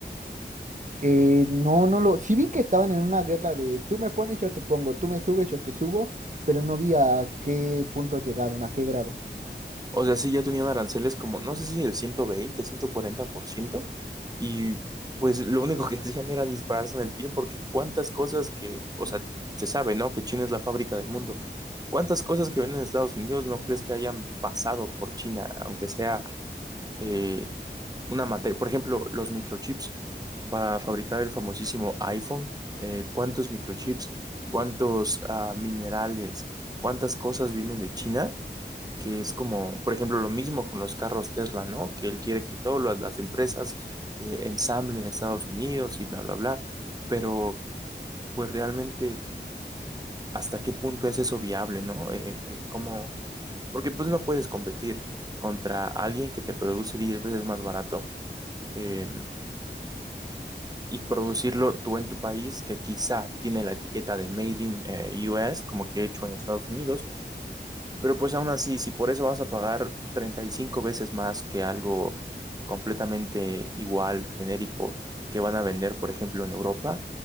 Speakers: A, on the right (about 45°); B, on the right (about 20°).
A: Eh, no, no lo. Sí vi que estaban en una guerra de tú me pones, yo te pongo, tú me subes, yo te subo, pero no vi a qué punto llegaron, a qué grado.
B: O sea, sí, ya tenían aranceles como, no sé si el ciento veinte, ciento cuarenta por ciento y pues lo único que <laughs> hacían era dispararse en el pie, porque cuántas cosas que, o sea, se sabe, ¿no? Que China es la fábrica del mundo. ¿Cuántas cosas que ven en Estados Unidos no crees que hayan pasado por China, aunque sea eh, una materia? Por ejemplo, los microchips para fabricar el famosísimo iPhone. eh, ¿cuántos microchips, cuántos ah, minerales, cuántas cosas vienen de China? que es como, por ejemplo, lo mismo con los carros Tesla, ¿no? Que él quiere que todas las empresas eh, ensamblen en Estados Unidos y bla, bla, bla. Pero, pues realmente, ¿hasta qué punto es eso viable, ¿no? Eh, eh, ¿cómo? Porque pues no puedes competir contra alguien que te produce 10 veces más barato eh, y producirlo tú en tu país, que quizá tiene la etiqueta de Made in eh, US, como que hecho en Estados Unidos Pero pues aún así, si por eso vas a pagar 35 veces más que algo completamente igual, genérico, que van a vender, por ejemplo, en Europa,